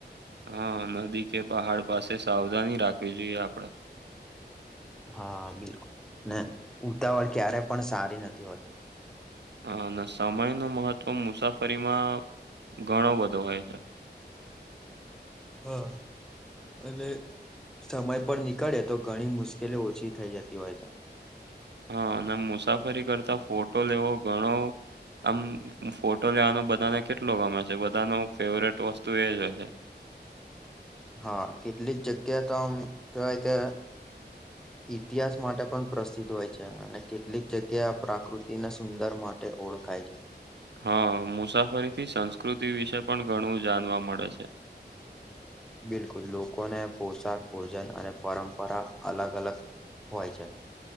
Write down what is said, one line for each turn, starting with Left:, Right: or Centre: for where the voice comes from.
Right: હા, નદી કે પહાડ પાસે સાવધાની રાખવી જોઈએ આપણે.
Centre: હા બિલકુલ ને ઉતાવળ ક્યારેય પણ સારી નથી હોતી.
Right: હા અને સમયનું મહત્ત્વ મુસાફરીમાં ઘણો બધો હોય છે.
Centre: હા. અને સમય પર નીકળે તો ઘણી મુશ્કેલી ઓછી થઈ જતી હોય છે.
Right: હા અને મુસાફરી કરતા ફોટો લેવો ઘણો આમ ફોટો લેવાનો બધાને કેટલો ગમે છે બધાનો ફેવરેટ વસ્તુ એ જ હોય છે.
Centre: હા કેટલીક જગ્યા તો આમ કેવાય કે
Right: <inaudible>
Centre: ઇતિહાસ માટે પણ પ્રસિદ્ધ હોય છે અને કેટલીક જગ્યા આ પ્રાકૃતિને સુંદર માટે ઓળખાય છે.
Right: હા મુસાફરી થી સંસ્કૃતિ વિશે પણ ઘણું જાણવા મળે છે.
Centre: બિલકુલ લોકોને પોશાક, ભોજન અને પરંપરા અલગ- અલગ. હોય છે.